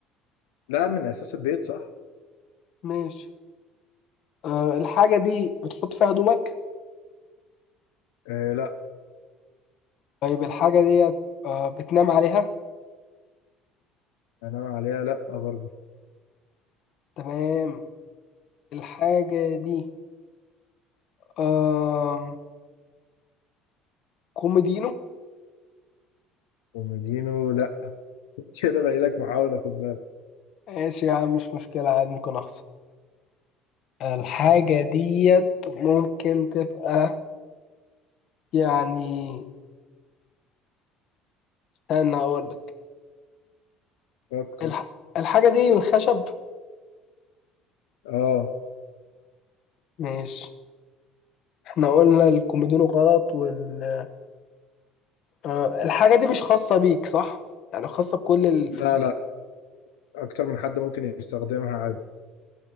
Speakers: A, on the left; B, on the left.
A: لا من اساس البيت صح؟
B: ماشي أه الحاجه دي بتحط فيها هدومك
A: آه لا
B: طيب الحاجه دي أه بتنام عليها
A: انام عليها لا برضه
B: تمام الحاجه دي أه كوميدينو
A: ومدينه لا <laughs> كده باقي لك محاولة خد بالك
B: ماشي يا عم مش مشكله عادي ممكن اخسر الحاجه ديت ممكن تبقى يعني استنى هقول لك
A: فكر
B: الح... الحاجه دي من الخشب
A: اه
B: ماشي احنا قلنا الكوميدينو غلط وال آه، الحاجة دي مش خاصة بيك صح؟ يعني خاصة بكل اللي
A: لا
B: في البيت
A: لا اكتر من حد ممكن يستخدمها عادي